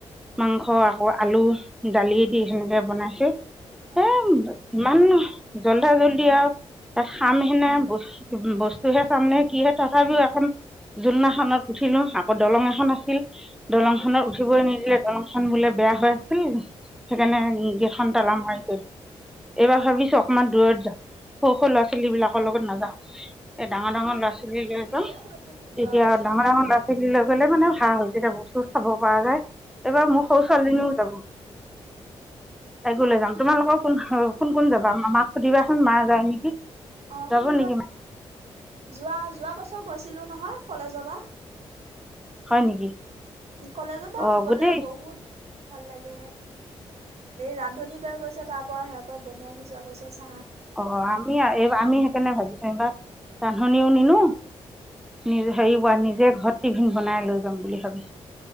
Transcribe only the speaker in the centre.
মাংস আকৌ আলু দালি দি সেনেকে বনাইছে
এ। ইমান জল্দা জল্দি আৰু তাত খাম সেনে বস্তু হে চামনে কিহে। তথাপিওঁ এখন জোলনা এখনত ন উঠিলো আকৌ দলং এখন আছিল দলং
খনত উঠিবই নিদিলে। দলংখন বোলে বেয়া হৈ আছিল। সেইকাৰণে গেতখন তালা মাৰি গৈছিল। এইবাৰ ভাবিছোঁ অকমান দূৰত যাম। সৰু- সৰু ল'ৰা ছোৱালী বিলাকৰ লগত নাযাওঁ। এই ডাঙৰ -ডাঙৰ
ল'ৰা ছোৱালী লৈ যাম
তেতিয়া
ডাঙৰ -ডাঙৰ লৰা ছোৱালী। লৈ গ'লে মানে ভাল। তেতিয়া বস্তু চাব পৰা যায় এইবাৰ
মোৰ
সৰু ছোৱালীজনীও যাব। তাইকো লৈ যাম তোমালোকৰ কোন কোন যাবা। মাক সুধিবাচোন মা যায় নেকি।
যাব
নেকি
মা
হয় নেকি।
অঁ
গোটেই
অ আমি এই আমি সেইকাৰণে ভাবিছোঁ এইবাৰ ৰান্ধনীও নিনো। নিজে হেৰি বা নিজে ঘৰত টিফিন বনাই লৈ যাম বুলি ভাবিছোঁ।